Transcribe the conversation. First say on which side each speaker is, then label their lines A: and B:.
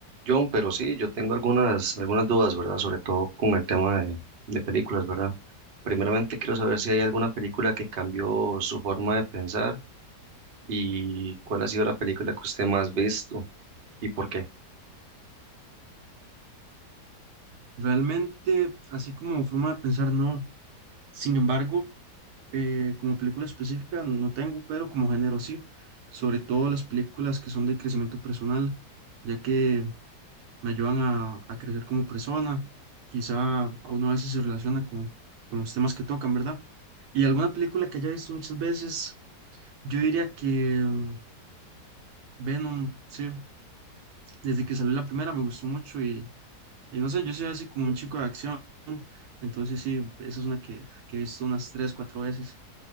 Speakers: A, on the right (about 50°); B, on the right (about 70°).
A: John, pero sí, yo tengo algunas, algunas dudas, ¿verdad? Sobre todo con el tema de, de películas, ¿verdad? Primeramente quiero saber si hay alguna película que cambió su forma de pensar y cuál ha sido la película que usted más ha visto y por qué.
B: Realmente, así como forma de pensar, no. Sin embargo, eh, como película específica no tengo, pero como género sí. Sobre todo las películas que son de crecimiento personal, ya que me ayudan a, a crecer como persona. Quizá a uno a veces se relaciona con, con los temas que tocan, ¿verdad? Y alguna película que haya visto muchas veces, yo diría que mm, Venom, sí. Desde que salió la primera me gustó mucho Y no sé, yo soy así como un chico de acción, entonces sí, esa es una que, que he visto unas tres, cuatro veces.